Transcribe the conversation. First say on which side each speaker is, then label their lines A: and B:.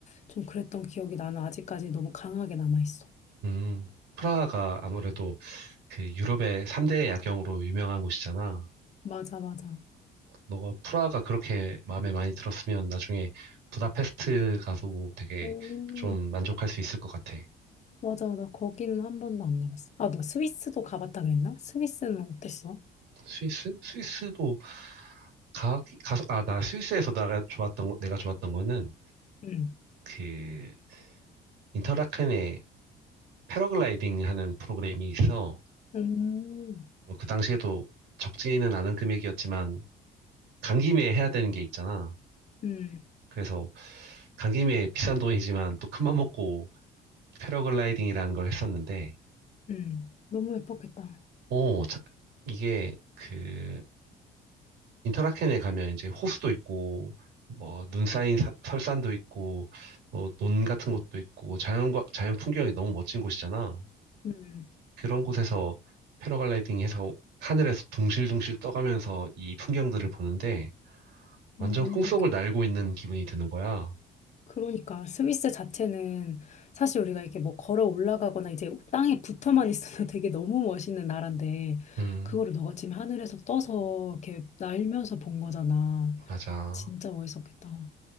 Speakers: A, on the left; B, on the right.
A: 좀 그랬던 기억이 나는 아직까지 너무 강하게 남아있어.
B: 음. 프라하가 아무래도 그 유럽의 3대 야경으로 유명한 곳이잖아.
A: 맞아, 맞아.
B: 너가 프라가 그렇게 마음에 많이 들었으면 나중에 부다페스트 가서 되게
A: 음.
B: 좀 만족할 수 있을 것 같아.
A: 맞아, 나 거기는 한 번도 안 가봤어. 아, 너 스위스도 가봤다 그랬나? 스위스는 어땠어?
B: 스위스? 스위스도 가, 가서, 아, 나 스위스에서 내가 좋았던, 거- 내가 좋았던 거는
A: 응,
B: 그 인터라켄에 패러글라이딩 하는 프로그램이 있어.
A: 음.
B: 뭐그 당시에도 적지는 않은 금액이었지만 간 김에 해야 되는 게 있잖아.
A: 응,
B: 그래서 간 김에 비싼 돈이지만 또 큰맘 먹고 패러글라이딩이라는 걸 했었는데,
A: 응. 너무 예뻤겠다.
B: 오, 자- 이게 그 인터라켄에 가면 이제 호수도 있고 뭐 눈 쌓인 사- 설산도 있고 어, 논 같은 것도 있고 자연과 자연 풍경이 너무 멋진 곳이잖아.
A: 응.
B: 그런 곳에서 패러글라이딩 해서 하늘에서 둥실둥실 떠가면서 이 풍경들을 보는데 완전
A: 어, 너무
B: 꿈속을
A: 좋았겠다.
B: 날고 있는 기분이 드는 거야.
A: 그러니까 스위스 자체는 사실 우리가 이렇게 뭐 걸어 올라가거나 이제 땅에 붙어만 있어도 <laughs> 되게 너무 멋있는 나라인데
B: 음,
A: 그거를 너가 지금 하늘에서 떠서 이렇게 날면서 본 거잖아.
B: 맞아.
A: 진짜 멋있었겠다.